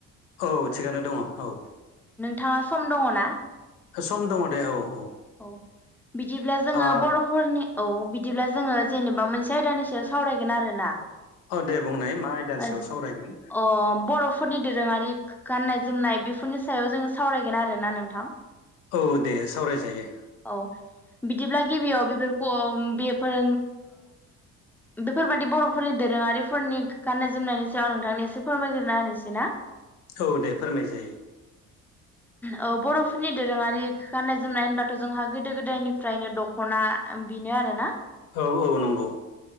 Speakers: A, on the left; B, in the centre.
A: औ थिगानो दङ' औ
B: थाङा सम दङ ना?
A: सम दङ' दे औ औ
B: औ बिदिब्ला जोङो
A: ओ
B: बर'फोरनि औ बिदिब्ला जोङो जेनेबा मोनसे आयदानि सायाव सावरायगोन आरो ना
A: औ दे बुंनाय मा आयदानि सायाव
B: ओज
A: सावरायगोन
B: अ बर'फोरनि दोरोङारि। गाननाय जोमनाय बेफोरनि सायाव जोङो सावरायगोन आरोना नोंथां।
A: औ दे सावरायजायो।
B: औ बिदिब्ला गिबियाव बेफोरखौ चम बेफोर बेफोरबादि बर'फोरनि दोरोङारिफोरनि गाननाय जोमनायनि सायाव आं नोंथांनो एसे फोरमायग्रना होनोसै ना?
A: औ दे फोरमाय जायो।
B: अ बर'फोरन दोरोङारि गाननखय जोमनाय होनबाथ' जोंहा गोदो गोदायनिफ्रायनो दख'ना बेनो आरोना।
A: औ औ नंगौ।